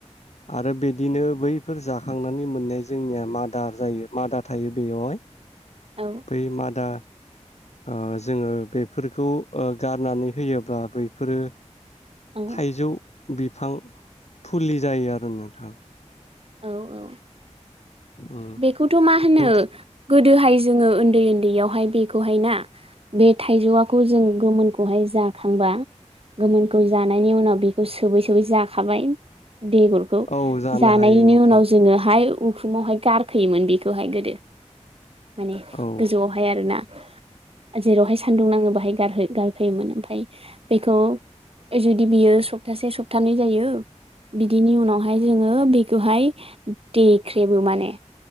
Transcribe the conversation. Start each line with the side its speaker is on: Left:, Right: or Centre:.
Left: आरो बिदिनो बैफोर जाखांनानै मोननाय जोंनिया मादार जायो मादा थायो बेयावहाय
Right: औ
Left: बै मादा आ जोङो बेफोरखौ ओ गारनानै होयोब्ला बैफोरो
Right: औ
Left: थाइजौ। बिफां फुलि जायो आ <unintelligible> नोंथां
Right: औ औ
Left: उम
Right: बेखौथ' मा होनो
Left: नोंथां
Right: गोदोहाय जोङो ओन्दै ओन्दैयाव बेवहाय बेखौहाय ना बे थाइजौआखौ जों गोमोनखौहाय जाखांबा गोमोनखौ जानायनि उनाव बेखौ सोबै सोबै जाखाबाय। बेगरखौ
Left: औ जानो
Right: जानायनि
Left: हायो नोंथां
Right: उनाव जोङोहाय उखुमहाय गार खैयोमोन बेखौहाय गोदो। माने
Left: औ
Right: गोजौआवहाय आरो ना? जेरावहाय सान्दुं नाङो बाहाय गारहो गारफोयोमोन ओमफाय बेखौ जुदि बियो सप्तासे सप्तानै जायो। बिदिनि उनाव हाय जोङो बेखौहाय देख्रेबो माने